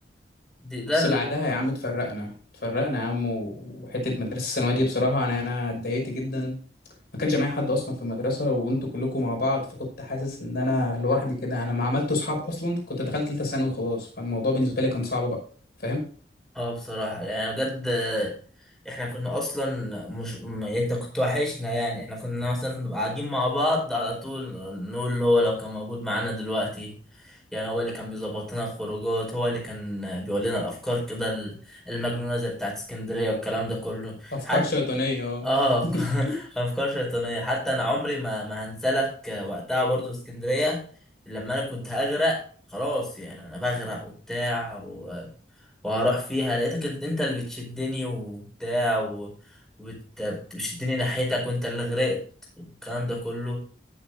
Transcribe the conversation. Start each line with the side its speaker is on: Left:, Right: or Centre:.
Centre: دي ده
Left: بس بعدها يا عم اتفرقنا اتفرقنا يا عم و- وحتة مدرسة الثانوية دي بصراحة أنا أنا اتضايقت جدا ما كانش معايا حد أصلا في المدرسة وأنتوا كلكم مع بعض فكنت حاسس إن أنا لوحدي كده أنا ما عملت صحاب أصلا كنت دخلت تالتة ثانوي خلاص فالموضوع بالنسبة لي كان صعب بقى فاهم
Centre: اه بصراحة يعني بجد آه، احنا كنا اصلا مش م- يعني انت كنت وحشنا يعني احنا كنا مثلا نبقى قاعدين مع بعض على طول نقول اللي هو لو كان موجود معانا دلوقتي يعني هو اللي كان بيظبط لنا الخروجات هو اللي كان بيقول لنا الافكار كده ال- المجنونة زي بتاعت اسكندرية والكلام ده كله
Left: افكار
Centre: حتى
Left: شيطانيه اه
Centre: اه افكار
Left: <laughs>
Centre: <laughs> أفكار شيطانية حتى انا عمري ما ما هنسلك وقتها برضو في اسكندرية لما انا كنت هغرق خلاص يعني انا بغرق وبتاع وهروح فيها لقيتك انت انت اللي بتشدني وبتاع و... وبت... بت- بتشدني ناحيتك وانت اللي غرقت والكلام ده كله